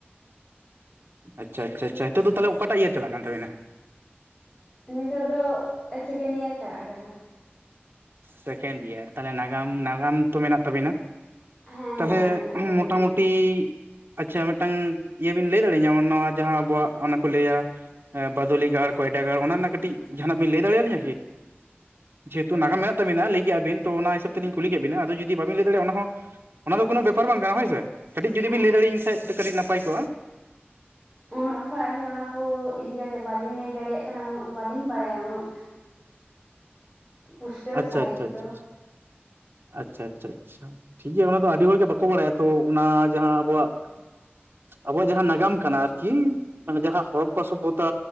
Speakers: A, on the right; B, on the left.
A: ᱟᱪᱪᱷᱟ ᱟᱪᱪᱷᱟ ᱟᱪᱪᱷᱟ ᱱᱤᱛᱳᱜ ᱫᱚ ᱛᱟᱞᱦᱮ ᱚᱠᱟᱴᱟᱜ ᱤᱭᱟᱨ ᱪᱟᱞᱟᱜ ᱠᱟᱱ ᱛᱟᱵᱤᱱᱟ
B: ᱱᱤᱛᱚᱜ ᱫᱚ ᱥᱮᱠᱮᱱᱰ ᱤᱭᱟᱨ ᱪᱟᱞᱟᱜ ᱠᱟᱱᱟ
A: ᱥᱮᱠᱮᱱᱰ ᱤᱭᱟᱨ ᱛᱟᱦᱚᱞᱮ ᱱᱟᱜᱟᱢ ᱱᱟᱜᱟᱢ ᱛᱚ ᱢᱮᱱᱟᱜ ᱛᱟᱹᱵᱤᱱᱟ
B: ᱦᱮᱸ
A: ᱛᱟᱞᱦᱮ
B: ᱱᱟᱜᱟᱢ ᱢᱮᱱᱟᱜ ᱛᱟᱹᱞᱤᱧᱟ
A: ᱢᱚᱴᱟᱢᱩᱴᱤ ᱟᱪᱪᱷᱟ ᱢᱤᱫᱴᱟᱝ ᱤᱭᱟᱹ ᱵᱤᱱ ᱞᱟᱹᱭ ᱫᱟᱲᱮᱭᱟ ᱞᱤᱧᱟ ᱱᱚᱣᱟ ᱡᱟᱦᱟᱸ ᱟᱵᱚᱣᱟᱜ ᱚᱱᱟ ᱠᱚ ᱞᱟᱹᱭᱟ ᱵᱟᱫᱚᱞᱤ ᱜᱟᱲ ᱠᱚᱭᱰᱟ ᱜᱟᱲ ᱚᱱᱟ ᱨᱮᱱᱟᱜ ᱠᱟᱹᱴᱤᱡ ᱡᱟᱦᱟᱸᱱᱟᱜ ᱵᱮᱱ ᱞᱟᱹᱭ ᱫᱟᱲᱮᱭᱟᱞᱤᱧᱟ ᱠᱤ ᱡᱮᱦᱮᱛᱩ ᱱᱟᱜᱟᱢᱮᱫ ᱠᱛᱚ ᱢᱮᱱᱟᱜ-ᱟ ᱞᱟᱹᱭ ᱠᱮᱜ ᱟᱹᱵᱤᱱ ᱛᱚ ᱚᱱᱟ ᱦᱤᱥᱟᱹᱵ ᱛᱮᱞᱤᱧ ᱠᱩᱞᱤ ᱠᱮᱫ ᱵᱤᱱᱟ ᱟᱫᱚ ᱡᱩᱫᱤ ᱵᱟᱵᱤᱱ ᱞᱟᱹᱭ ᱫᱟᱲᱮᱭᱟᱜ-ᱟ, ᱚᱱᱟ ᱫᱚ ᱠᱚᱱᱳ ᱵᱮᱯᱟᱨ ᱵᱟᱝ ᱠᱟᱱᱟ ᱦᱳᱭ ᱥᱮ, ᱠᱟᱹᱴᱤᱡ ᱡᱩᱫᱤ
B: ᱦᱮᱸ
A: ᱵᱤᱱ ᱞᱟᱹᱭ ᱫᱟᱲᱭᱟᱹᱧ ᱠᱷᱟᱡ ᱠᱟᱹᱴᱤᱡ ᱱᱟᱯᱟᱭ ᱠᱚᱜᱼᱟ ᱾
B: ᱩᱱᱟᱹᱜ ᱫᱚ ᱟᱹᱞᱤᱧ ᱚᱱᱟ ᱠᱚ ᱤᱫᱤ ᱠᱟᱛᱮᱜ ᱵᱟᱞᱤᱧ ᱞᱟᱹᱭ ᱫᱟᱲᱮᱭᱟᱜ ᱠᱟᱱᱟ ᱩᱱᱟᱹᱜ ᱵᱟᱹᱞᱤᱧ ᱵᱟᱲᱟᱭᱟ ᱩᱱᱟᱹᱜ ᱯᱩᱥᱴᱟᱹᱣ
A: ᱟᱪᱪᱷᱟ
B: ᱥᱟᱺᱦᱤᱡ
A: ᱟᱪᱪᱷᱟ ᱟᱪᱪᱷᱟ
B: ᱫᱚ
A: ᱟᱪᱪᱷᱟ ᱟᱪᱪᱷᱟ᱾ ᱴᱷᱤᱠ ᱜᱮᱭᱟ ᱚᱱᱟ ᱫᱚ ᱟᱹᱰᱤ ᱦᱚᱲᱜᱮ ᱵᱟᱠᱚ ᱵᱟᱲᱟᱭᱟ ᱛᱚ ᱚᱱᱟ ᱡᱟᱦᱟᱸ ᱟᱵᱚᱣᱟᱜ
B: ᱦᱮ᱾
A: ᱟᱵᱚᱣᱟᱜ ᱡᱟᱦᱟᱸ ᱱᱟᱜᱟᱢ ᱠᱟᱱᱟ, ᱟᱨᱠᱤ᱾ ᱢᱟᱱᱮ ᱡᱟᱦᱟᱸ ᱦᱚᱨᱚᱯᱯᱟ ᱥᱚᱵᱷᱚᱛᱟ